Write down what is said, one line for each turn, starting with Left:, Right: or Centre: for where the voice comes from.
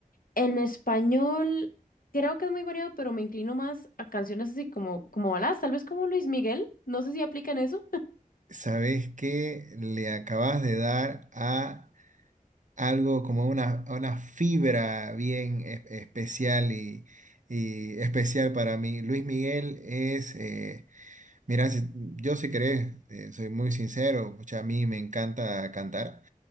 Left: En español, creo que es muy variado, pero me inclino más a canciones así como, como baladas, tal vez como Luis Miguel. No sé si aplican eso.
Right: ¿Sabes qué le acabas de dar a algo como una, una fibra bien es- especial y, y especial para mí. Luis Miguel es, eh, mira, si- yo si querés, eh, soy muy sincero, pucha, a mí me encanta cantar.